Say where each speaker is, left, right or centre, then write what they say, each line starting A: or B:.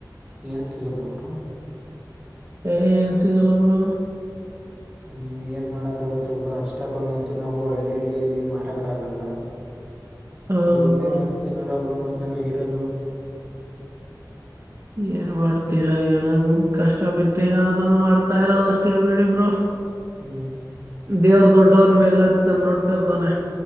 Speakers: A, in the centre; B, on the right (about 35°).
A: ಏನು ಸಿಗಲ್ವ ಬ್ರೋ.
B: ಏನ್ ಸಿಗಲ್ಲ ಬ್ರೋ
A: ಹ್ಮ್ ಏನ್ ಮಾಡಕ್ ಆಗುತ್ತೆ ಬ್ರೋ ಅಷ್ಟಕ್ಕೊಂದಂತು ನಾವು ಹಳ್ಳಿಯಲ್ಲಿ ಇಲ್ಲಿ ಮಾರಕ್ ಆಗಲ್ಲ.
B: ಹೌದು
A: ಅದೊಂದೇ
B: ಬ್ರೋ
A: <unintelligible> ಬ್ರೋ ಮತ್ತ್ ನಮಿಗ್ ಇರೋದು.
B: ಏನ್ ಮಾಡ್ತೀರಾ ಏನಂಗ ಕಷ್ಟ ಬಿದ್ದ ಯಾವ್ದನ್ ಮಾಡ್ತಾ ಇರೋದ್ ಅಷ್ಟೇ ಬಿಡಿ ಬ್ರೋ
A: ಹ್ಮ್
B: ದೇವ್ರು ದೊಡ್ಡವ್ನು ಮೇಲರ್ತಾನ್ ನೋಡ್ತಿರ್ತಾನೆ.